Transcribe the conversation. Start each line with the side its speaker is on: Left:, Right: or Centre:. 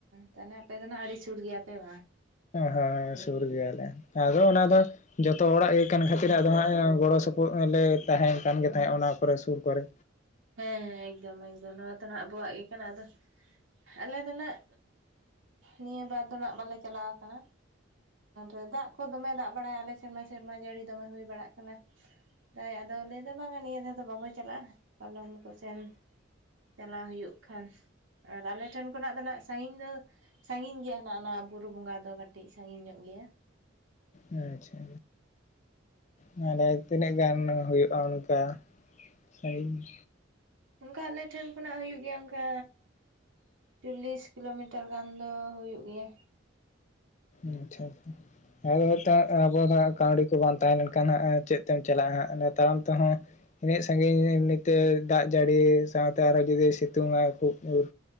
Right: ᱛᱟᱦᱚᱞᱮ ᱟᱯᱮ ᱫᱚ ᱱᱟᱸᱜ ᱟᱹᱰᱤ ᱥᱩᱨ ᱜᱮᱭᱟᱯᱮ ᱵᱟᱝ᱾
Left: ᱦᱮᱸ ᱥᱩᱨ ᱜᱮᱭᱟᱞᱮ ᱟᱫᱚ ᱚᱱᱟ ᱫᱚ ᱡᱷᱚᱛᱚ ᱦᱚᱲᱟᱜ ᱜᱮ ᱠᱟᱱ ᱠᱷᱟᱹᱛᱤᱨ ᱟᱫᱚ ᱦᱟᱸᱜ ᱜᱚᱲᱚ ᱥᱚᱯᱚᱦᱚᱫ ᱞᱮ ᱛᱟᱦᱮᱸ ᱠᱟᱱ ᱜᱮ ᱛᱟᱦᱮᱸᱫ ᱚᱱᱟ ᱠᱚᱨᱮ ᱥᱩᱨ ᱠᱚᱨᱮ
Right: ᱦᱮᱸ ᱦᱮᱸ ᱮᱠᱫᱚᱢ ᱮᱠᱫᱚᱢ ᱱᱚᱣᱟ ᱫᱚ ᱱᱟᱸᱜ ᱟᱵᱚᱣᱟᱜ ᱜᱮ ᱠᱟᱱᱟ ᱟᱫᱚ ᱟᱞᱮ ᱫᱚ ᱱᱟᱸᱜ ᱱᱤᱭᱟᱹ ᱵᱟᱨ ᱫᱚ ᱱᱟᱸᱜ ᱵᱟᱞᱮ ᱪᱟᱞᱟᱣ ᱠᱟᱱᱟ᱾ ᱟᱨ ᱫᱟᱜ ᱠᱚ ᱫᱚᱢᱮ ᱫᱟᱜ ᱵᱟᱲᱟᱭᱟ ᱟᱞᱮᱥᱮᱫ ᱥᱮᱨᱢᱟ ᱥᱮᱨᱢᱟ ᱡᱟᱹᱲᱤ ᱫᱚᱢᱮ ᱦᱩᱭ ᱵᱟᱲᱟᱜ ᱠᱟᱱᱟ ᱟᱫᱚ ᱞᱟᱹᱭᱮᱫᱟ ᱵᱟᱝᱟ ᱱᱤᱭᱟᱹ ᱫᱷᱟᱣ ᱫᱚ ᱵᱟᱵᱚ ᱪᱟᱞᱟᱜᱼᱟ᱾ ᱠᱟᱞᱚᱢ ᱠᱚᱥᱮᱱ ᱪᱟᱞᱟᱣ ᱦᱩᱭᱩᱜ ᱠᱷᱟᱱ ᱟᱨ ᱟᱞᱮ ᱴᱷᱮᱱ ᱠᱷᱚᱱᱟᱜ ᱫᱚ ᱟᱸᱱᱟᱜ ᱥᱟᱺᱜᱤᱧ ᱫᱚ ᱥᱟᱺᱜᱤᱧ ᱜᱮᱭᱟ ᱱᱟᱸᱜ ᱚᱱᱟ ᱵᱩᱨᱩ ᱵᱚᱸᱜᱟ ᱫᱚ ᱠᱟᱹᱴᱤᱡ ᱥᱟᱺᱜᱤᱧ ᱧᱚᱜ ᱜᱮᱭᱟ᱾
Left: ᱟᱪᱪᱷᱟ ᱢᱟᱱᱮ ᱛᱤᱱᱟᱹᱜ ᱜᱟᱱ ᱦᱩᱭᱩᱜᱼᱟ ᱚᱱᱠᱟ ᱥᱟᱺᱜᱤᱧ
Right: ᱚᱱᱠᱟ ᱟᱞᱮ ᱴᱷᱮᱱ ᱠᱷᱚᱱᱟᱜ ᱦᱩᱭᱩᱜ ᱜᱮᱭᱟ ᱚᱱᱠᱟ ᱪᱚᱞᱞᱤᱥ ᱠᱤᱞᱳᱢᱤᱴᱟᱨ ᱜᱟᱱ ᱫᱚ ᱦᱩᱭᱩᱜ ᱜᱮᱭᱟ᱾
Left: ᱟᱪᱪᱷᱟ ᱟᱫᱚ ᱟᱵᱚ ᱫᱚ ᱠᱟᱹᱣᱰᱤ ᱠᱚ ᱵᱟᱝ ᱛᱟᱦᱮᱸ ᱞᱮᱱᱠᱷᱟᱱ ᱪᱮᱫ ᱛᱮᱢ ᱪᱟᱞᱟᱜᱼᱟ ᱦᱟᱸᱜ ᱛᱟᱲᱟᱢ ᱛᱮᱦᱚᱸ ᱩᱱᱟᱹᱜ ᱥᱟᱺᱜᱤᱧ ᱮᱢᱱᱤᱛᱮ ᱫᱟᱜ ᱡᱟᱹᱲᱤ ᱥᱟᱶᱛᱮ ᱟᱨᱦᱚᱸ ᱡᱩᱫᱤ ᱥᱤᱛᱩᱝᱟ ᱠᱷᱩᱵ ᱡᱩᱨ